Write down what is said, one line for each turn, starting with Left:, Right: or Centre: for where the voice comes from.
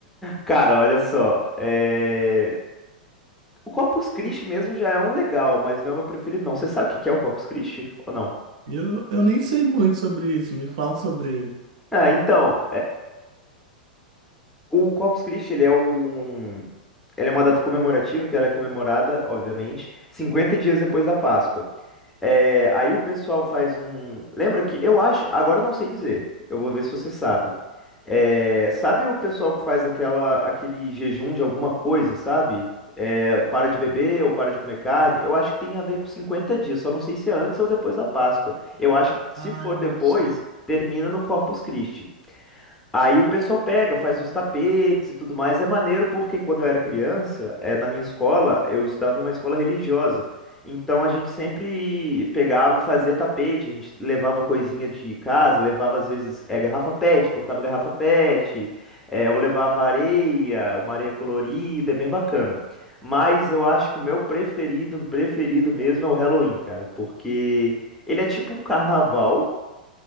Centre: Cara, olha só, é, o Corpus Christi mesmo já é um legal, mas não é o meu preferido, não. Você sabe o que que é o Corpus Christi ou não?
Right: Eu, eu nem sei muito sobre isso, me fala sobre ele.
Centre: Ah, então, O Corpus Christi, ele é um, um- ela é uma data comemorativa, que ela é comemorada, obviamente, 50 dias depois da Páscoa. É, aí o pessoal faz um. um, Lembra que eu acho. Agora eu não sei dizer. Eu vou ver se você sabe. É, sabe o pessoal que faz aquela, aquele jejum de alguma coisa, sabe? É, para de beber ou para de comer carne? Eu acho que tem a ver com 50 dias, só não sei se é antes ou depois da Páscoa. Eu acho que se
Right: Ah,
Centre: for depois,
Right: sei.
Centre: termina no Corpus Christi. Aí o pessoal pega, faz uns tapetes e tudo mais. É maneiro porque quando eu era criança, eh, na minha escola, eu estudava numa escola religiosa. Então a gente sempre pegava e fazia tapete, a gente levava coisinha de casa, levava às vezes eh, garrafa PET, cortava garrafa PET, eh, ou levava areia, uma areia colorida, é bem bacana. Mas eu acho que o meu preferido, preferido mesmo é o Halloween, cara, porque ele é tipo um carnaval.